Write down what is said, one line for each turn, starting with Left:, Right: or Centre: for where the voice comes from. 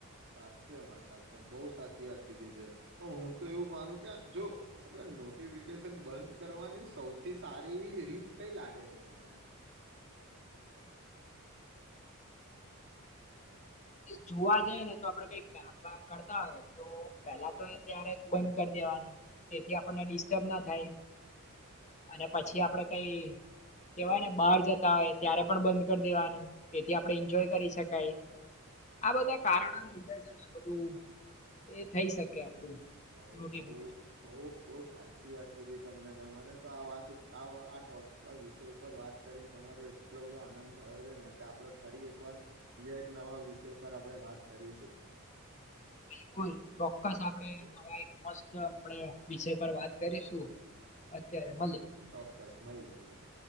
Right: સાચેમાં સાચે બહુ સાચી વાત કીધી છે, પણ હું તો એવું માનું કે જો આપડે નોટિફિકેશન બંધ કરવાની સૌથી સારી રીત કઈ લાગે છે તમને.
Left: જોવા જઈ ને તો આપડે કઈ કામ વાામ કરતા હોય તો પેલા તો ત્યારે બંધ કરી દેવાની, તેથી આપણને ડિસ્ટર્બ ના થાય. અને પછી આપડે કઈ કેવાયને બહાર જતા હોય ત્યારે પણ બંધ કરી દેવાનું, તેથી આપણે એન્જોય કરી શકાય. આ બધા કારણ લીધા છે ને બધું એ થઈ શકે. આપણું
Right: બઉ
Left: નોટિફિકેશન
Right: બઉ બઉ બઉ સાચી વાત કીધી તમને મને. તો આ વાત, ટોપિક વિષય ઉપર વાત કરીને તમારો એટલો બધો આનંદ થયો છે ને કે આપણે ફરી એકવાર બીજા એક નવા વિષય પર આપણે વાત કરીશું.
Left: બિલકુલ ચોક્કસ આપ. આપવા
Right: ચો-
Left: એક મસ્ત આપ વિશે પર વાત કરીશું. અત્યારે
Right: ચોક્કસ,
Left: મળે
Right: ચોક્કસ, મળીએ મળીએ.